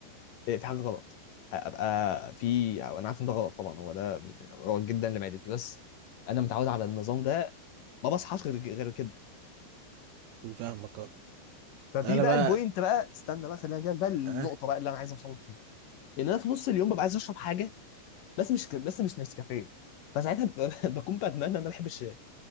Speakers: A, on the left; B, on the right.
A: إيه، في حاجه غلط ابقى في أو انا عارف ان ده غلط طبعا هو ده غلط جدا لمعدتي بس انا متعود على النظام ده ما بصحاش غير غير كده
B: فاهمك اه
A: ففي
B: انا
A: بقى
B: بقى
A: البوينت بقى استنى بقى خليني اجيلك بقى النقطه
B: اه
A: بقى اللي انا عايز اوصل لك فيها ان انا في نص اليوم ببقى عايز اشرب حاجه بس مش بس مش نسكافيه فساعتها ب- <laughs> بكون بتمنى ان انا بحب الشاي